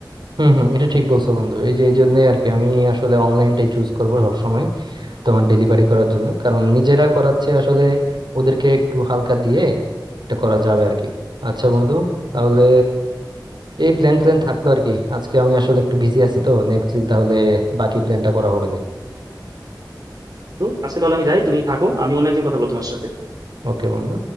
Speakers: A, on the right; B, on the right.
A: হুম হুম এটা ঠিক বলছো বন্ধু এই যে এই জন্যই আর কি আমি আসলে অনলাইনটাই চুজ করবো সবসময় তোমার ডেলিভারি করার জন্য কারণ নিজেরা করাচ্ছে আসলে ওদেরকে একটু হালকা দিয়ে এটা করা যাবে আর কি আচ্ছা বন্ধু তাহলে এই প্ল্যান প্ল্যান থাকলো আর কি আজকে আমি আসলে একটু বিজি আছি তো নেক্সট দিন তাহলে বাকি প্ল্যানটা করা হবে না
B: তো আজকে তাহলে আমি যাই তুমি থাকো আমি অন্য একদিন কথা বলবো তোমার সাথে
A: ওকে বন্ধু